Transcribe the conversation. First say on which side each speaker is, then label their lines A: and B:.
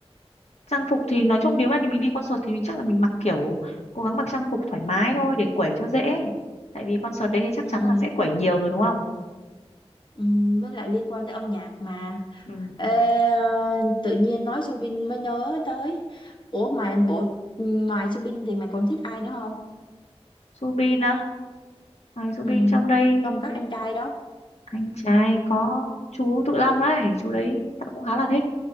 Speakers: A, on the left; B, on the left.
A: trang phục thì nói chung nếu mà mình đi concert thì mình chắc là mình mặc kiểu cố gắng mặc trang phục thoải mái thôi để quẩy cho dễ tại vì concert đấy thì chắc
B: Ừm,
A: chắn là sẽ quẩy nhiều rồi đúng không
B: ừm, với lại liên quan tới âm nhạc mà
A: ừ.
B: Ê, ờ, tự nhiên nói Subin mới nhớ tới ủa mà bộ ngoài Subin thì mày còn thích ai nữa không
A: Subin á ngoài Subin
B: Ừm,
A: trong đây thì
B: trong các anh trai đó
A: anh trai có chú Tự Long ấy chú đấy ta cũng khá là thích